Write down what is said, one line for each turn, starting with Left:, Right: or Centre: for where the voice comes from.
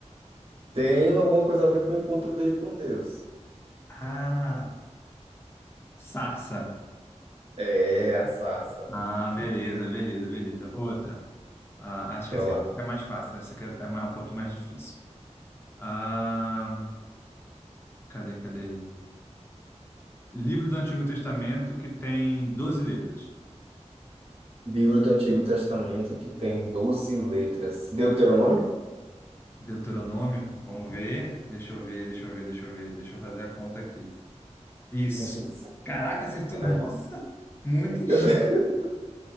Right: Tem alguma coisa a ver com o encontro dele com Deus.
Left: Ah, sarça.
Right: É, a sarça.
Left: Ah, beleza, beleza, beleza. Outra. Ah, acho que
Right: Vai
Left: essa
Right: lá.
Left: aqui fica mais fácil. Essa aqui é mais- um pouquinho mais difícil. Ah, cadê, cadê? Livro do Antigo Testamento que tem 12 letras.
Right: Livro do Antigo Testamento que tem 12 letras. Deuteronômio?
Left: Deuteronômio, vamos ver. Deixa eu ver, deixa eu ver, deixa eu ver. Deixa eu fazer a conta aqui. Isso.
Right: <laughs>
Left: Caraca, acertou. Nossa,
Right: Ai.
Left: muito em
Right: <laughs>
Left: cheio.